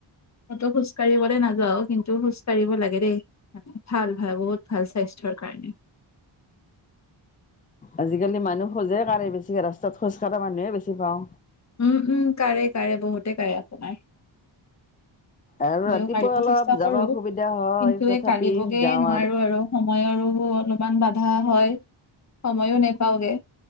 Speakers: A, on the left; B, on the left.
A: কতো খোজ কাঢ়িবলৈ নাযাও কিন্তু খোজ কাঢ়িব লাগে দেই ভাল -ভাল বহুত ভাল স্বাস্থ্যৰ কাৰণে।
B: আজিকালি মানুহ খোজে কাঢ়ে বেছিকে ৰাস্তাত খোজকঢ়া মানুহেই বেছি পাওঁ।
A: উম -উম কাঢ়ে -কাঢ়ে বহুতে কাঢ়ে আপোনাৰ।
B: আৰু
A: মইয়ো
B: ৰাতিপুৱা
A: কাঢ়িব
B: অলপ
A: চেষ্টা
B: যাব
A: কৰো
B: অসুবিধা
A: কিন্তু
B: হয় তথাপি
A: এই কাঢ়িবগে
B: যাওঁ
A: নোৱাৰো আৰু। সময়ৰো অলপমান বাধা হয় সময়ো নেপাওগে।